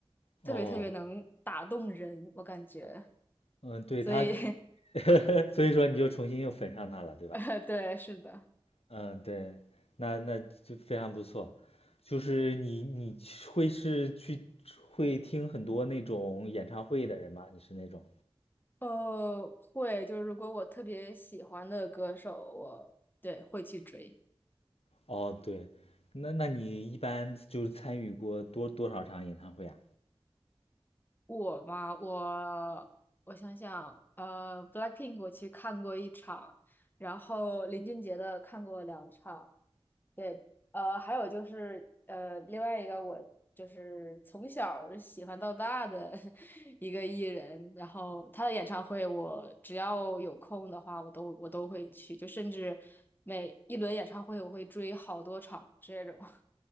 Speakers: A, on the left; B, on the left.
A: 哦，
B: 特别特别能打动人，我感觉。
A: 嗯，对他，
B: 所以，
A: <laughs> 所以说你就重新又粉上他了，对吧？
B: <laughs> 呃，对，是的。
A: 嗯，对，那那就非常不错。就是你你会是去会听很多那种演唱会的人吗？你是那种？
B: 呃，会，就是如果我特别喜欢的歌手，我对会去追。
A: 哦，对，那那你一般就是参与过多多少场演唱会啊？
B: 我嘛，我我想想，呃，Blackpink 我去看过一场，然后林俊杰的看过两场，对，呃，还有就是，呃，另外一个我就是从小儿喜欢到大的 <laughs> 一个艺人，然后他的演唱会，我只要有空的话，我都我都会去，就甚至每一轮演唱会，我会追好多场这种。<laughs>